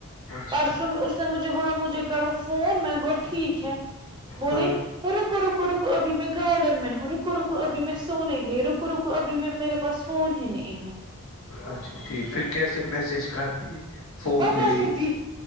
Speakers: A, on the left; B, on the right.
A: اچھا
B: پرسوں میں اس مجھے بولا مجھے کرو فون میں نے ب ٹھیک ہے بوے
A: ہاں
B: رکو رکو رک ابھی میں گارڈن میں رک رکو رکو ابھی میں سونے گئی رکو رکو ابھی میں میرے پس فون ہی نہیں ہے
A: اچھا ٹھیک پھر کیسے میسج کرتی ہے فون
B: پتا
A: نہیں
B: دی